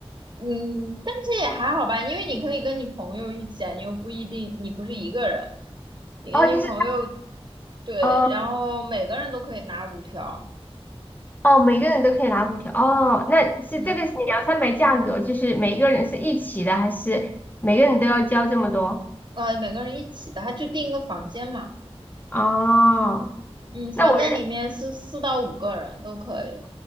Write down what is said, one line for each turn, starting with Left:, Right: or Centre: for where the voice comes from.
Right: 嗯，但是也还好吧，因为你可以跟你朋友一起啊，你又不一定，你不是一个人，你跟你朋友，
Left: 哦就是。
Right: 对，
Left: 哦
Right: 然后每个人都可以拿五条，
Left: 哦，每个人都可以拿五条。哦，那是这个是你要摊牌价格，
Right: 嗯，
Left: 就是每个人是一起的，还是每个人都要交这么多？
Right: 呃，每个人一起的，他就订一个房间嘛。
Left: 哦，
Right: 嗯，房间里面是四到五个人都可以。
Left: 那我人